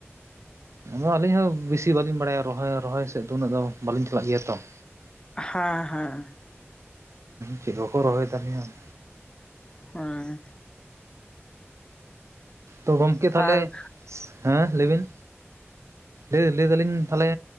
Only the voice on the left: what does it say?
ᱦᱮᱸ ᱦᱮᱸ ᱾
ᱦᱮᱸ ᱾
ᱟᱨ